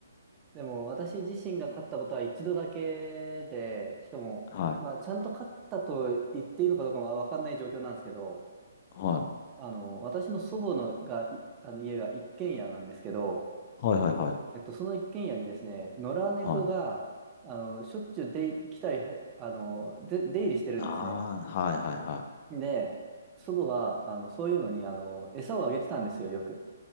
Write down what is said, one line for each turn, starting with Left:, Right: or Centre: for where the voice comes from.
Right: でも私自身が勝ったことは一度だけで、しかも、
Left: はい。
Right: まあ、ちゃんと勝ったと言っていいのかどうかは分かんない状況なんですけど、
Left: はい。
Right: あの、私の祖母のが、いあの家が一軒家なんですけど、
Left: はいはいはい。
Right: えっと、その一軒家にですね、野良猫が、
Left: はい。
Right: あの、しょっちゅう出入り来たりは、あの、で、出入りしてるんですね。
Left: ああ、はいはいは
Right: で、祖母は、あの、そういうのに、あの、餌をあげてたんですよ、よく。